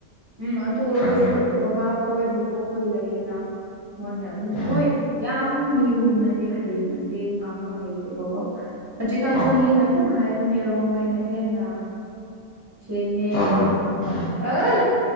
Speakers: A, on the right; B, on the left.
A: ꯎꯝ ꯑꯗꯨ ꯑꯣꯏꯔꯁꯨ
B: ꯈꯪꯉꯣꯏ
A: ꯕꯕꯥꯍꯣꯏ ꯕꯣꯛꯍꯣꯏ ꯂꯩꯌꯦꯅ ꯃꯣꯏꯅ ꯑꯗꯨꯝ
B: ꯎꯝ
A: ꯍꯣꯏ ꯌꯥꯝ ꯈꯤꯪ ꯃꯤꯒꯨꯝꯅꯗꯤ ꯍꯩꯅꯗꯦ ꯉꯥꯡꯕ ꯍꯩꯇꯦꯕꯀꯣ ꯍꯧꯖꯤꯛꯀꯥꯟꯁꯨ
B: ꯑꯣ
A: ꯃꯤꯅ ꯑꯗꯨꯝ ꯍꯥꯏꯕꯅꯦ ꯔꯣꯡꯃꯩꯅ ꯍꯦꯟꯅ ꯁꯦꯡꯉꯦ
B: ꯇꯥꯕ
A: ꯍꯥꯏꯅꯀꯣ
B: ꯎꯝ
A: ꯑꯥ